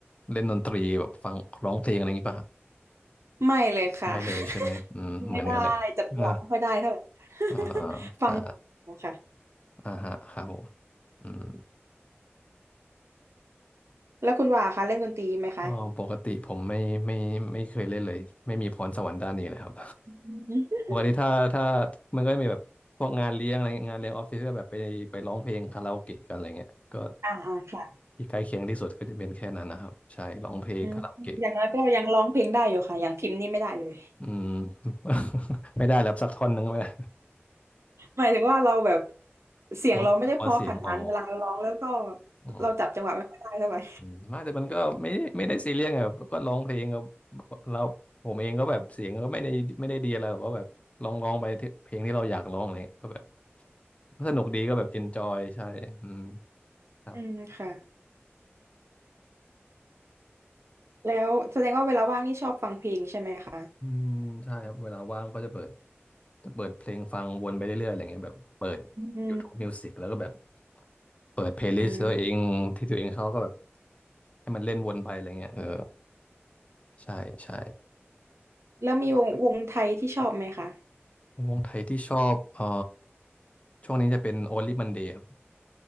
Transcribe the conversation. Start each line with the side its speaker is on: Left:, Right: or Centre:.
Left: เล่นดนตรีแบบฟังร้องเพลงอะไรอย่างงี้ป่ะฮะ
Right: ไม่เลยค่ะ
Left: ไม่เลยใช่ไหมอืมเหมือนกันเลย
Right: <laughs> ไม่ได้จับจังหวะไม่ค่อยได้เท่าไหร่
Left: <laughs> อ่า
Right: <laughs>
Left: อ่า
Right: ฟังไม่ถูกค่ะ
Left: ใช่อ่าฮะครับผมอืม
Right: แล้วคุณว่าคะเล่นดนตรีไหมคะ
Left: อ๋อปกติผมไม่ไม่ไม่เคยเล่นเลยไม่มีพรสวรรค์ด้านนี้เลยครับ
Right: อืม
Left: วันนี้ถ้าถ้ามันก็จะมีแบบพวกงานเลี้ยงอะไรเงี้ยงานเลี้ยงออฟฟิศก็แบบไปไปร้องเพลงคาราโอเกะกันอะไรเงี้ยก็
Right: อ่าอ่าค่ะ
Left: ที่ใกล้เคียงที่สุดก็จะเป็นแค่นั้นนะครับใช่ร้องเพลงคาราโอเกะ
Right: อืมอย่างน้อยก็ยังร้องเพลงได้อยู่ค่ะอย่างพิมพ์นี่ไม่ได้เลย
Left: อืม <laughs> ไม่ได้แล้วสักท่อนนึงก็ไม่ได้
Right: <laughs> หมายถึงว่าเราแบบเสียงเราไม่ได้เพราะขนาดนั้นเวลาเราร้องแล้วก็
Left: ต้องขอเสียงอ๋ออ๋อ
Right: เราจับจังหวะไม่ค่อยได้เท่าไหร่
Left: อืมไม่แต่มันก็ไม่ไม่ได้ซีเรียสไงแบบก็ร้องเพลงก็เราผมเองก็แบบเสียงก็ไม่ได้ไม่ได้ดีอะไรหรอกก็แบบลองร้องไปที่เพลงที่เราอยากร้องอะไรเงี้ยก็แบบสนุกดีก็แบบเอนจอยใช่อืม
Right: <laughs>
Left: ครับ
Right: อืมค่ะแล้วแสดงว่าเวลาว่างนี่ชอบฟังเพลงใช่ไหมคะ
Left: อืมใช่ครับเวลาว่างก็จะเปิดจะเปิดเพลงฟังวนไปเรื่อยๆอะไรเงี้ยแบบเปิด
Right: อืม
Left: YouTube Music แล้วก็แบบเปิดเพลย์ลิสต์ตัวเองที่ตัวเองเขาก็แบบ
Right: อืม
Left: ให้มันเล่นวนไปอะไรเงี้ยเออใช่ใช่
Right: แล้วมีวงวงไทยที่ชอบไหมคะ
Left: วงไทยที่ชอบเอ่อช่วงนี้จะเป็น Only Monday ครับ